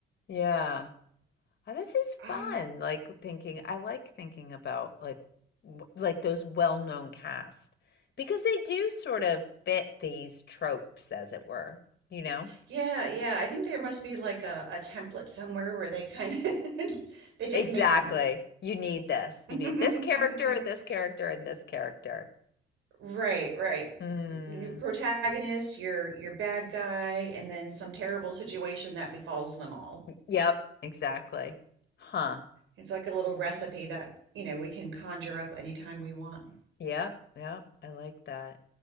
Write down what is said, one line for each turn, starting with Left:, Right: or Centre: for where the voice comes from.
Left: Yeah. Oh, this is
Right: Uh,
Left: fun. Like thinking, I like thinking about like w- like those well-known cast because they do sort of fit these tropes, as it were, you know?
Right: Yeah, yeah. I think there must be like a, a template somewhere where they kind of <laughs> they just
Left: Exactly.
Right: make them.
Left: You need this.
Right: <laughs>
Left: You need this character and this character and this character.
Right: Right, right.
Left: Mm.
Right: Your protagonist, your your bad guy, and then some terrible situation that befalls them all.
Left: Yep, exactly. Huh.
Right: It's like a little recipe that, you know, we can conjure up anytime we want.
Left: Yep, yep. I like that.